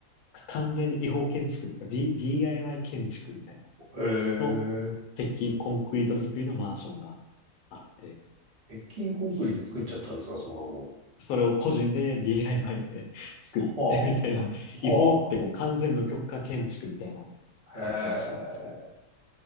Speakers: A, on the left; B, on the right.
A: か完全に違法建築とか、D、DIY 建築みたい
B: ええ。
A: なの、鉄筋コンクリート作りのマンションがあって、
B: 鉄筋コンクリで作っちゃったんですか、
A: そ
B: そんなもん。
A: それを個人で DIY で <laughs> 作ってみたいな、
B: はあ、
A: 違法ってもう完全無許可建築みたいな感じらしいんですけど、
B: はあ、へえ。